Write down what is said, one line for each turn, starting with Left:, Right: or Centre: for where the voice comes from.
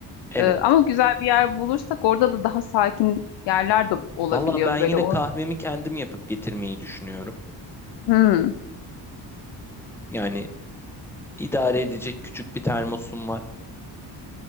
Centre: Evet.
Left: Ee, ama güzel bir yer bulursak orada da daha sakin yerler de olabiliyor.
Centre: Vallahi ben yine
Left: Böyle o
Centre: kahvemi kendim yapıp getirmeyi düşünüyorum.
Left: Hmm,
Centre: Yani idare edecek küçük bir termosum var.